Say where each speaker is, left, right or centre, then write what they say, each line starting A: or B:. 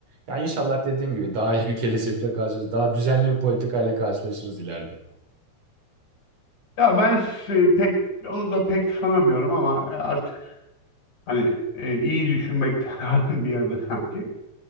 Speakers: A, on the right; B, on the left.
A: Yani inşallah dediğim gibi daha iyi bir gelecekle karşılaşırız. Daha düzenli bir politikayla karşılaşırız ileride.
B: Ya ben s- pek onu da pek sanamıyorum ama e, artık hani e, iyi düşünmek <laughs> lazım bir yerde sanki.